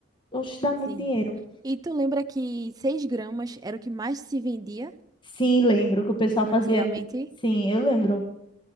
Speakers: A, on the left (about 25°); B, on the right (about 20°).
A: Oxe, dá muito
B: sim.
A: dinheiro.
B: E tu lembra que 6 gramas era o que mais se vendia
A: Sim, lembro que o pessoal fazia.
B: antigamente?
A: t- Sim, eu lembro.